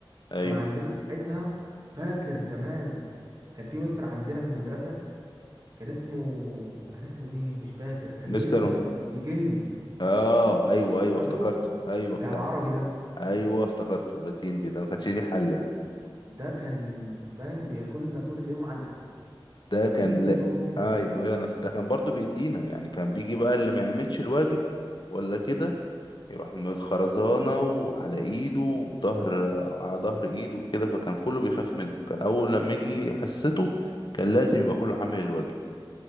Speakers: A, on the left (about 55°); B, on the right (about 45°).
A: ايوه
B: وكان عندنا ساعتها فاكر زمان كان في مستر عندنا في المدرسة كان اسمه كان اسمه ايه مش فاكر كان ليه
A: مستر
B: اسم كده الجندي
A: اه ايوه ايوه
B: فاكره
A: افتكرته ايوه
B: بتاع
A: بتاع
B: العربي ده
A: ايوه افتكرته ده الجندي ده ما كانش ليه حل ده
B: ده كان فاهم بياكلنا كل يوم علقة
A: ده كان
B: كل يوم
A: لا ايوه ايوه انا ده كان برضو بيدينا يعني كان بيجي بقى اللي ما يعملش الواجب ولا كده يروح من الخرزانة وعلى ايده وظهر على ظهر ايده وكده فكان كله بيخاف منه كان اول لما يجي حسته كان لازم يبقى كله عامل الواجب